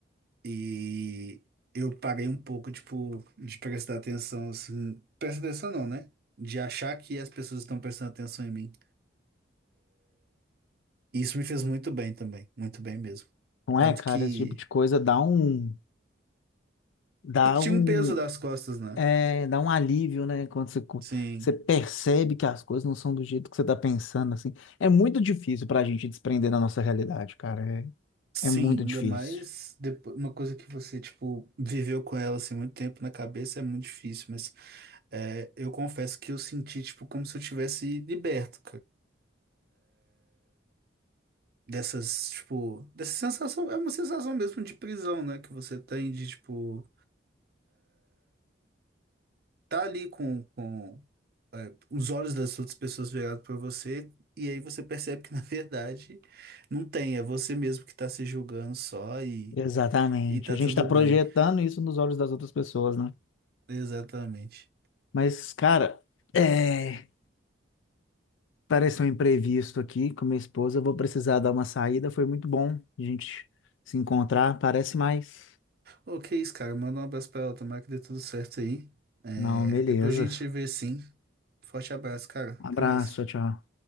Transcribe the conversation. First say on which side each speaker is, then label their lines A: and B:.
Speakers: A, on the right; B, on the left.
A: E eu parei um pouco, tipo, de prestar atenção, assim. Prestar atenção não, né? De achar que as pessoas estão prestando atenção em mim. E isso me fez muito bem também. Muito bem mesmo.
B: não
A: Tanto
B: é, cara?
A: que
B: Esse tipo de coisa dá um, dá
A: eu tinha
B: um,
A: um peso das costas, né?
B: é, dá um alívio, né? Quando você, co-
A: Sim.
B: você percebe que as coisas não são do jeito que você tá pensando, assim. É muito difícil pra gente desprender da nossa realidade, cara.
A: Sim,
B: É, é muito
A: ainda
B: difícil.
A: mais depois, uma coisa que você, tipo, viveu com ela assim muito tempo na cabeça é muito difícil, mas é, eu confesso que eu senti, tipo, como se eu tivesse liberto, dessas, tipo, dessa sensação, é uma sensação mesmo de prisão, né, que você tem de, tipo, tá ali com, com é, os olhos das outras pessoas virados pra você, e aí você percebe que, <laughs> na verdade, não tem, é você mesmo que tá se julgando só e,
B: Exatamente.
A: e tá
B: A gente
A: tudo
B: tá projetando
A: bem.
B: isso nos olhos das outras pessoas, né?
A: Exatamente.
B: Mas, cara, é... apareceu um imprevisto aqui com minha esposa. Eu vou precisar dar uma saída. Foi muito bom a gente se encontrar. Parece mais.
A: Ok, isso, cara, manda um abraço pra ela, tomara que dê tudo certo aí. É,
B: Não, beleza.
A: depois a gente vê sim. Forte abraço, cara.
B: Abraço,
A: Até mais.
B: tchau.